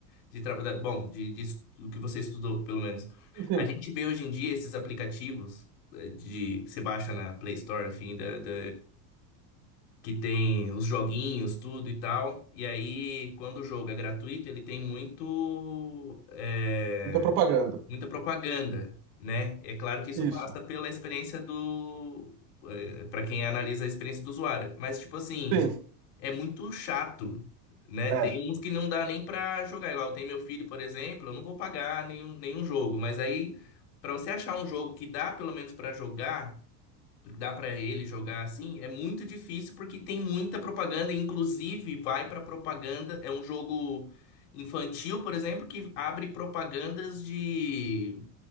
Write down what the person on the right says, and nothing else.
Sim, sim.
muita propaganda.
Isso.
Sim.
É.